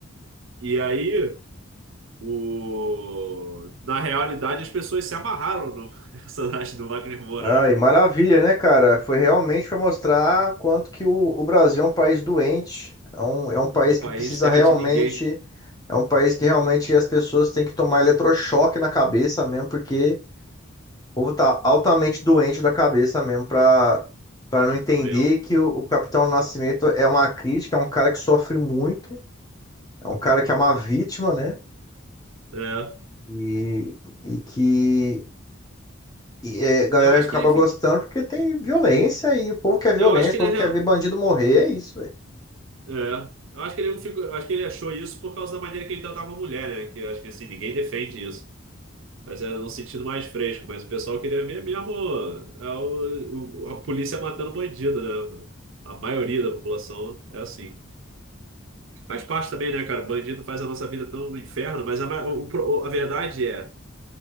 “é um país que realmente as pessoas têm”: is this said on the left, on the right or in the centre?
Left